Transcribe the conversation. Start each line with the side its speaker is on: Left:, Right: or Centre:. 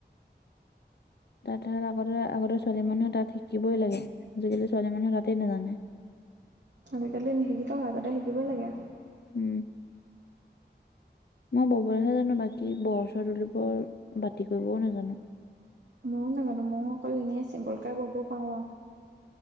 Left: তাত ধৰা আগতে আগৰ ছোৱালী মানুহে তাত শিকিবই লাগে আজিকালি ছোৱালী মানুহে তাতেই নাজানে
Right: আজিকালি নিশিকিলো হয় আগতে শিকিবই লাগে
Left: উম মই ববলৈহে জানো বাকী বৰ চৰ তুলিবোৰ বাতি কৰিবও নাজানো
Right: ময়ো নাজানো ময়ো অকল এনেই চিম্বলকে ব'ব পাৰো আৰু।